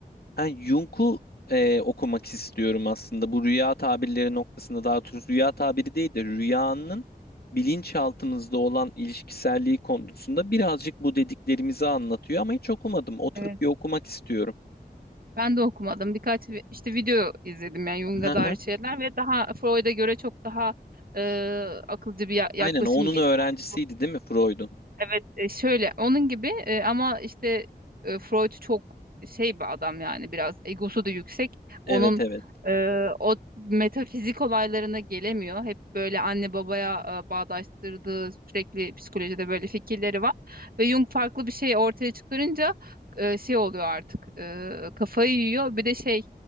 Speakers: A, on the left; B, on the right.
A: Ha, Jung'u e, okumak istiyorum aslında. Bu rüya tabirleri noktasında daha doğrusu rüya tabiri değil de rüyanın bilinçaltımızda olan ilişkiselliği konusunda birazcık bu dediklerimizi anlatıyor ama hiç okumadım. Oturup
B: Evet.
A: bir okumak istiyorum.
B: Ben de okumadım. Birkaç vi- işte video izledim yani Jung'a
A: Haha.
B: dair şeyler ve daha Freud'a göre çok daha e, akılcı bir ya- yaklaşım
A: Aynen o onun
B: geliyor.
A: öğrencisiydi
B: Yani
A: değil mi Freud'un?
B: Evet e, şöyle onun gibi e, ama işte e, Freud çok şey bir adam yani biraz egosu da yüksek. Onun
A: Evet evet.
B: e, o metafizik olaylarına gelemiyor. Hep böyle anne babaya e, bağdaştırdığı sürekli psikolojide böyle fikirleri var. Ve Jung farklı bir şey ortaya çıkarınca e, şey oluyor artık e, kafayı yiyor. Bir de şey